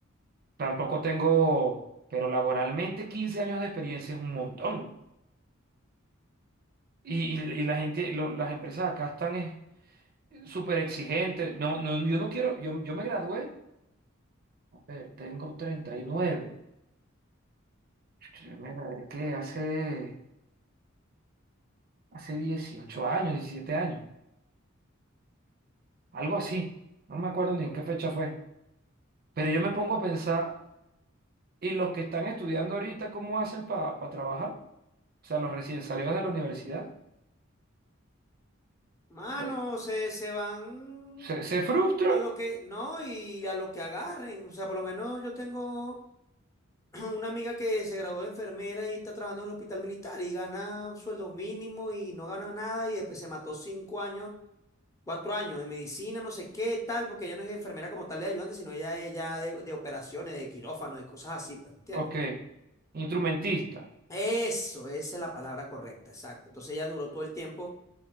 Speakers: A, on the right; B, on the left.
A: tampoco tengo, pero laboralmente 15 años de experiencia es un montón. Y, y, y la gente, lo- las empresas acá están es, súper exigentes. No, no, yo no quiero, yo, yo me gradué, a ver, tengo 39. Yo me gradué que hace, hace 18 años, 17 años, algo así. No me acuerdo ni en qué fecha fue. Pero yo me pongo a pensar Y los que están estudiando ahorita, ¿cómo hacen para trabajar? O sea, los recién salidos de la universidad.
B: Mano,
A: Bueno,
B: se, se van
A: ¿Se, se frustran?
B: a lo que... No, y a lo que agarren. O sea, por lo menos yo tengo <clears throat> una amiga que se graduó de enfermera y está trabajando en el hospital militar y gana sueldo mínimo y no gana nada y después se mató cinco años, cuatro años de medicina, no sé qué, tal, porque ella no es enfermera como tal de ayudante, sino ella es ya de, de operaciones, de quirófano, de cosas así, pues, ¿me entiendes?
A: Ok. Instrumentista.
B: Eso, esa es la palabra correcta, exacto. Entonces ella duró todo el tiempo